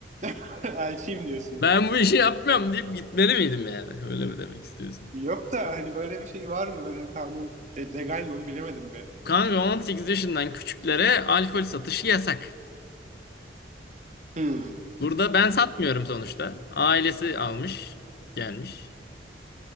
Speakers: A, on the right; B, on the left.
A: <laughs> Elçiyim diyorsun.
B: Ben bu işi yapmıyorum deyip gitmeli miydim yani? <laughs> Öyle mi demek istiyorsun?
A: Yok da hani böyle bir şey var mı? Böyle bir kanun le- legal mi onu bilemedim be.
B: Kanka 18 yaşından küçüklere alkol satışı yasak.
A: Hmm.
B: Burada ben satmıyorum sonuçta. Ailesi almış, gelmiş.